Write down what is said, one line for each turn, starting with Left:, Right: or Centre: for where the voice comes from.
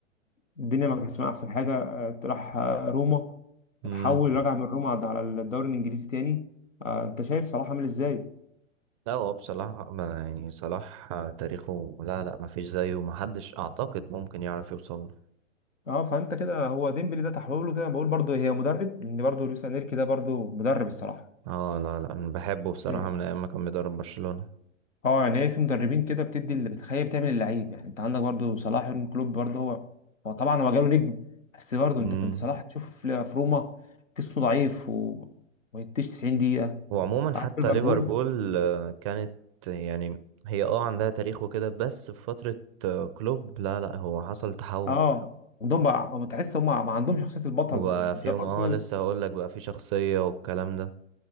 Left: الدنيا ما كانتش معاه احسن حاجه آه، راح آه، روما
Right: مم.
Left: اتحول رجع من روما على على الدوري الانجليزي تاني آه، انت شايف صلاح عامل ازاي
Right: لا هو بصراحة ما- يعني صلاح تاريخه لا لا ما فيش زيه ما حدش اعتقد ممكن يعرف يوصل
Left: اه فانت كده هو ديمبلي ده تحول له كده بقول برضه هي مدرب لان برضه لويس انريكي ده برضه مدرب الصراحه
Right: اه لا لا أنا بحبه بصراحة
Left: إيه.
Right: من أيام ما كان بيدرب برشلونة
Left: اه يعني هي في مدربين كده بتدي اللي بتخيل بتعمل اللعيب يعني انت عندك برضه صلاح يورجن كلوب برضه هو هو طبعا هو جاله نجم بس برضه
Right: امم
Left: انت كنت صلاح تشوفه في في روما جسمه ضعيف و- وما يديش 90 دقيقه
Right: وعموما
Left: قعد
Right: حتى
Left: في ليفربول
Right: ليفربول آه، كانت يعني هي اه عندها تاريخ وكده بس في فترة آه، كلوب لا لا هو حصل تحول
Left: اه عندهم بقى هم تحس هم ما عندهم شخصيه البطل
Right: وبقى
Left: يعني
Right: فيهم
Left: مش ارسنال
Right: اه لسه هقول لك بقى في شخصية والكلام ده